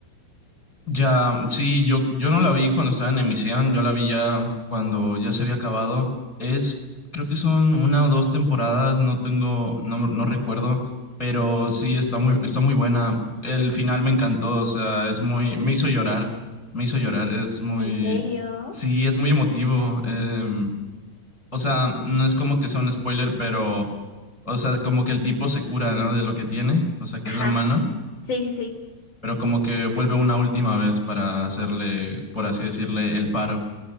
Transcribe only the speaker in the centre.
Ya, sí, yo, yo no la vi cuando estaba en emisión, yo la vi ya cuando ya se había acabado. Es, creo que son una o dos temporadas, no tengo, no, no recuerdo, pero sí, está muy, está muy buena. El final me encantó, o sea, es muy, me hizo llorar, me hizo llorar, es muy,
sí, es muy emotivo. em, o sea, no es como que sea un spoiler, pero, o sea, como que el tipo se cura, ¿no? De lo que tiene, o sea, que
es la mano,
pero como que vuelve una última vez para hacerle, por así decirle, el paro.